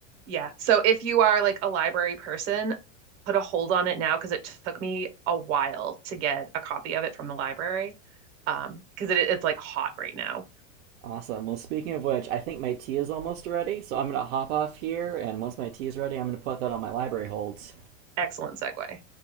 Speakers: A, on the right; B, on the right.
A: Yeah. So if you are like a library person, put a hold on it now because it took me a while to get a copy of it from the library. Um, because it, it's like hot right now.
B: Awesome. Well, speaking of which, I think my tea is almost ready, so I'm going to hop off here, and once my tea is ready, I'm going to put that on my library holds.
A: Excellent segue.